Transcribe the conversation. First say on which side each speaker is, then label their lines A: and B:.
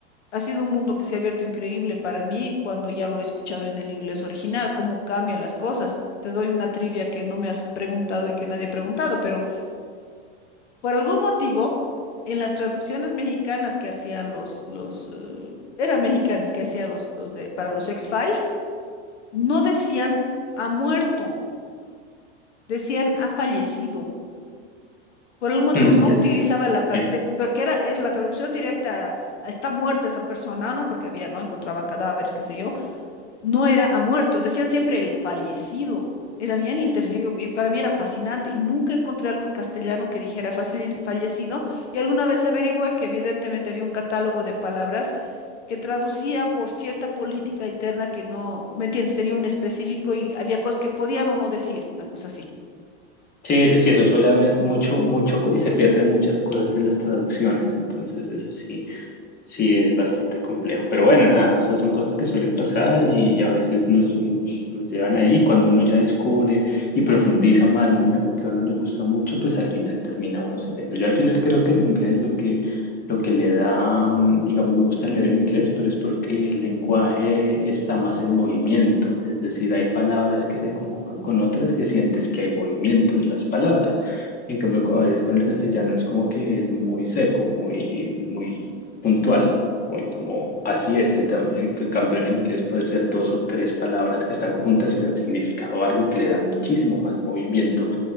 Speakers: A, on the left (about 85°); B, on the left (about 25°).
A: ha sido un mundo que se ha abierto increíble para mí cuando ya lo he escuchado en el inglés original, cómo cambian las cosas. Te doy una trivia que no me has preguntado y que nadie ha preguntado, pero por algún motivo, en las traducciones mexicanas que hacían los, los eh, eran mexicanas que hacían los, los de, para los X-Files, no decían ha muerto, decían ha fallecido. Por algún motivo
B: mm,
A: no
B: yes.
A: utilizaba la pa-
B: Eh,
A: tex- porque era, es la traducción directa, a está muerta esa persona, ¿no? Porque había, ¿no? Encontraban cadáveres, qué sé yo no era ha muerto, decían siempre el fallecido. Era bien interesante, y para mí era fascinante, y nunca encontré algo en castellano que dijera falle- fallecido, y alguna vez averigüé que evidentemente había un catálogo de palabras que traducían por cierta política interna que no, ¿me entiendes? Tenía un específico y había cosas que podían o no decir, una cosa así.
B: Sí, sí, sí, eso suele haber mucho, mucho, co- y se pierden muchas cosas en las traducciones, entonces eso sí. Sí, es bastante complejo, pero bueno, nada, o sea, son cosas que suelen pasar y, y a veces nos, nos, nos llevan ahí. Cuando uno ya descubre y profundiza más, ¿no? en algo que a uno le gusta mucho, pues al final termina uno sabiendo. Yo al final creo que el inglés lo que, lo que le da, mm, digamos, me gusta leer en inglés, pero es porque el lenguaje está más en movimiento, es decir, hay palabras que se conjugan con otras que sientes que hay movimiento en las palabras. En cambio, co- a veces con el castellano es como que es muy seco, muy, muy puntual, muy como así es. En, tam- eh, en cambio, en el inglés puede ser dos o tres palabras que están juntas y dan significado a algo que le da muchísimo más movimiento